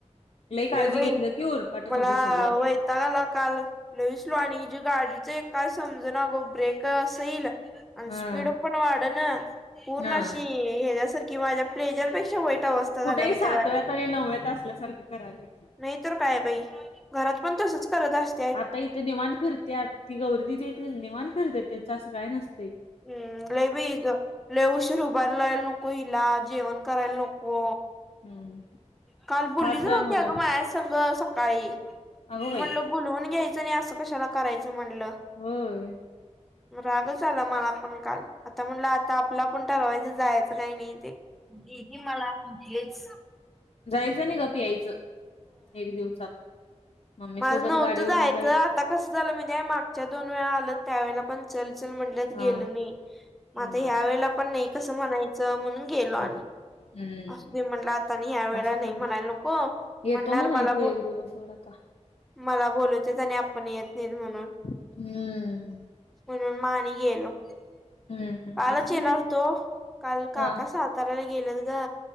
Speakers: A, on the left (about 60°); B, in the centre.
A: लई काळजी
B: लय बाई
A: घेतलं की उरपाटच
B: मला
A: होतय सगळं.
B: वैताग आला काल लय स्लो आणि हिच्या गाडीच एक - काय समजना अगं ब्रेक अस इल आणि
A: हा
B: स्पीड पण वाढणा पूर्ण
A: हा
B: अशी ह्याच्यासारखी माझ्या प्लेजरपेक्षा वाईट अवस्था
A: कुठही
B: झाल्या ब
A: सातव्यात
B: त्या गाडीची
A: आणि नवव्यात असल्यासारखं कराल्या
B: नाही तर काय बाई घरात पण तसच करत अस
A: आता इथं निवांत फिरत्यात ती गौरी दीदी आहेत निवांत फिरत्यात त्यांचं असं काय नसतय
B: हम्म लई बाई हीच लई उशीर उभारायला नको हिला जेवण करायला नको
A: हम्म
B: काल
A: खात
B: बोललीच नव्हती
A: जा म्हणाव.
B: अगं माया संघ सकाळी
A: अगं
B: म्हणलं
A: बाई
B: बोलवून घ्यायचं आणि असं कशाला करायचं म्हणलं
A: होय
B: रागच आला मला पण काल आता म्हणलं आता आपला आपण ठरवायचं जायचं काही नाही ते दीदी मला म्हटलीच
A: जायचं आणि गप यायचं एक दिवसात मम्मी
B: माझ
A: सोबत
B: नव्हतं
A: गाडीवरन
B: जायचं आता कसं झालं म्हणजे मागच्या दोन वेळा आलं त्यावेळेला पण चलचल म्हणल्यात
A: हा
B: गेलं नाही मग
A: हा.
B: आता ह्या वेळेला पण नाही कसं म्हणायचं म्हणून गेलो आणि
A: हो. हम्म
B: असु दे म्हटल आता आणि या वेळेला
A: असू
B: नाही
A: दे.
B: म्हणायला नको
A: येतो
B: म्हणणार
A: म्हणायच
B: मला
A: एक
B: बो
A: दिवस एवढ अता
B: मला बोलवत्यात आणि आपण येत नाहीत म्हणून
A: हम्म.
B: म्हणून म आणि गेलो
A: हम्म
B: कालच
A: असू
B: येणार
A: दे
B: होतो काल काका
A: हा
B: साताऱ्याला गेल्यात ग